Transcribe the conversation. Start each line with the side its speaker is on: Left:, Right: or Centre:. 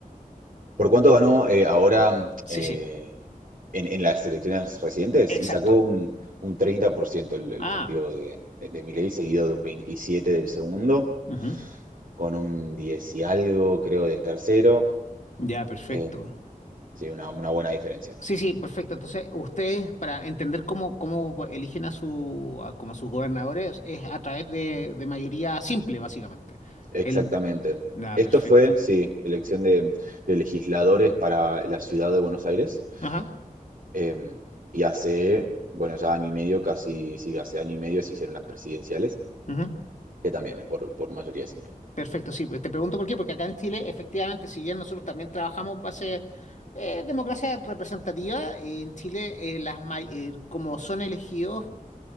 Right: ¿Por cuánto ganó eh, ahora
Left: Sí,
Right: eh,
Left: sí,
Right: en, en, las elecciones recientes?
Left: exacto.
Right: Y sacó un, un 30% el, el,
Left: Ah,
Right: partido de, de, de Milei, seguido de un 27% del segundo,
Left: ujú.
Right: con un 10 y algo, creo, del tercero.
Left: Ya, perfecto.
Right: Eh, sí, una, una buena diferencia.
Left: Sí, sí, perfecto. Entonces, ustedes, para entender cómo, cómo eligen a su, a, como a sus gobernadores, es a través de, de mayoría simple, básicamente.
Right: Exactamente.
Left: El, nada,
Right: Esto
Left: perfecto.
Right: fue, sí, elección de, de legisladores para la ciudad de Buenos Aires.
Left: Ajá,
Right: Eh, y hace, bueno, ya año y medio, casi, sí, hace año y medio se hicieron las presidenciales,
Left: ujú.
Right: que también es por, por mayoría simple.
Left: Perfecto, sí, pues te pregunto por qué, porque acá en Chile, efectivamente, si bien nosotros también trabajamos base eh, democracia representativa, eh, en Chile, eh, las may- eh, como son elegidos,